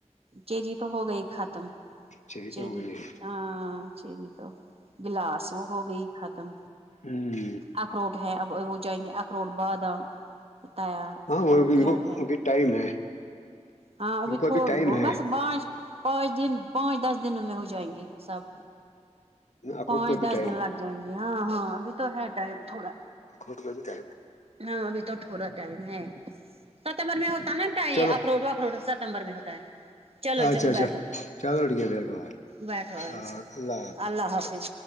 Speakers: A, on the right; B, on the left.
A: چیزی تو ہو گئی ختم
B: چاہیے
A: چری
B: تو ہو گئی ہے
A: ہاں چری تو گلاس وہ ہو گئی ختم
B: ہوں
A: اخروٹ ہے اب ہو جائیں گے اخروٹ بادام تیار
B: ہاں وہ
A: اور
B: ان
A: کیا
B: کو
A: ہے
B: ابھی ٹائم ہے
A: ہاں ابھی
B: ان کو
A: تھوڑ
B: ٹائم
A: ب
B: ہے
A: بس بانچ پانچ دن پانچ دس دنوں میں ہو جائیں گے سب
B: اخروٹ
A: پانچ
B: کو بھی
A: دس
B: ٹائم
A: دن لگ جائیں گے ہاں ہاں ابھی تو ہے ٹائم تھوڑا
B: ہ کٹ کا بھی ٹم ہے
A: ہاں ابھی تو تھوڑا ٹائم ہے ستمبر میں ہوتا نا ٹ
B: چلو
A: اخروٹ اخروٹ ستمبر میں ہوتا تائ چلو
B: اچھا
A: چلو
B: اچھا
A: بیٹھو
B: چلو ٹھیک ہے بیٹھو
A: بیٹھو آرام
B: اللہ
A: سے
B: حافظ
A: اللہ حافظ